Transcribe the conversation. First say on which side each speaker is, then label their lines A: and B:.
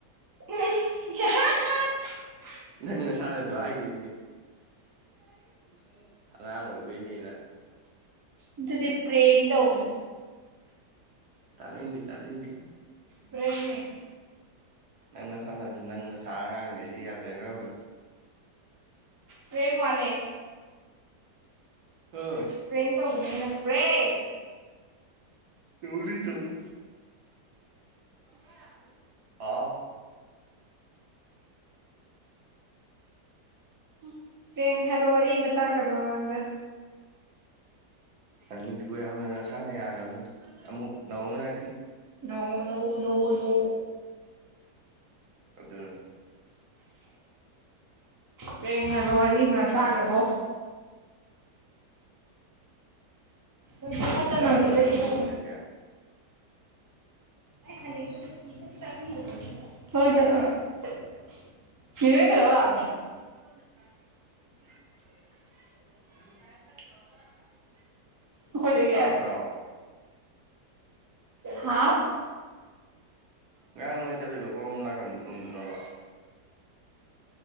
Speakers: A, on the right; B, on the right.
A: <inaudible>
B: ꯅꯪ ꯅꯁꯥꯅꯁꯨ ꯍꯥꯏꯒꯤꯕꯅꯤ <inaudible> ꯑꯉꯥꯡ ꯑꯣꯏꯕꯩꯅꯤꯗ
A: ꯑꯗꯨꯗꯤ ꯄ꯭ꯔꯦꯡ ꯊꯧꯕꯅꯦ
B: ꯇꯥꯅꯤꯡꯗꯦ ꯇꯥꯅꯤꯡꯗꯦ
A: ꯄ꯭ꯔꯦꯡ ꯍꯦ
B: ꯅꯪ ꯅꯁꯥꯅꯗꯨ ꯅꯪ ꯅꯁꯥ ꯑꯉꯥꯡꯅꯦꯖꯦ ꯌꯥꯖꯈ꯭ꯔꯕꯅꯦ
A: ꯄ꯭ꯔꯦꯡ ꯋꯥꯠꯂꯦ
B: ꯑ
A: ꯄ꯭ꯔꯦꯡ ꯇꯧꯕꯅꯦ ꯑꯩꯅ ꯄ꯭ꯔꯦꯡ
B: ꯇꯧꯅꯤ ꯇꯧꯅꯤ ꯑꯇꯣꯝꯕ ꯍꯥꯎ <inaudible>
A: ꯄ꯭ꯔꯦꯡ ꯍꯥꯏꯕ ꯋꯥꯔꯤ ꯑꯃ ꯇꯥꯈ꯭ꯔꯕꯣ ꯃꯃꯥꯡꯗ
B: ꯑꯅꯤꯗꯨꯒ ꯌꯥꯎꯅ ꯅꯁꯥꯅ ꯌꯥꯒ꯭ꯔꯝꯅꯤ ꯑꯃꯨꯛ ꯅꯧꯍꯧꯅꯅ
A: ꯅꯣ ꯅꯣ ꯅꯣ ꯅꯣ
B: ꯑꯗꯨꯅꯦ
A: ꯄ꯭ꯔꯦꯡ ꯍꯥꯏꯕ ꯋꯥꯔꯤ ꯑꯃ ꯇꯥꯈ꯭ꯔꯕꯣ ꯍꯣꯏ ꯆꯅꯝ
B: ꯉꯔꯥꯡ
A: ꯈꯤꯇ
B: ꯆꯠꯂꯝ
A: ꯌꯣꯝꯃꯨ
B: ꯀꯔꯣꯝ ꯗꯩꯀꯦ ꯑꯦ
A: ꯑꯩ ꯐꯥꯅꯦꯛꯇꯣ ꯢꯁꯇ꯭ꯔꯤ ꯑꯝꯇ ꯇꯛꯄꯤꯌꯨꯗ ꯅꯣꯢꯕꯣ ꯍꯣꯏ ꯇꯛꯀꯦ
B: ꯍꯥ
A: ꯅꯦꯍꯣꯏ ꯀꯩꯗꯧ ꯂꯥꯛꯑꯝꯃꯤ <inaudible>
B: <inaudible> <inaudible>
A: ꯑꯩꯈꯣꯏꯗꯒꯤ
B: ꯇꯥꯗ꯭ꯔꯣ
A: ꯍꯥ
B: ꯉꯔꯥꯡ ꯅꯣꯏ ꯆꯠꯂꯨꯢꯗꯣ ꯀꯣꯔꯣꯝ ꯅꯥꯀꯟ ꯎꯝꯗꯂꯣꯕ <inaudible>